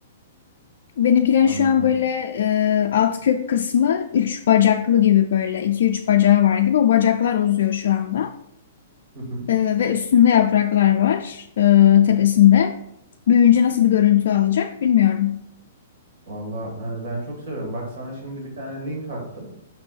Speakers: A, on the left; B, on the right.
A: Benimkilerin
B: Anladım.
A: şu an böyle e, alt kök kısmı üç bacaklı gibi böyle iki üç bacağı var gibi. O bacaklar uzuyor şu anda.
B: Hı hı.
A: E, ve üstünde yapraklar var e, tepesinde. Büyüyünce nasıl bir görüntü alacak bilmiyorum.
B: Valla e, ben çok seviyorum. Bak sana şimdi bir tane link attım.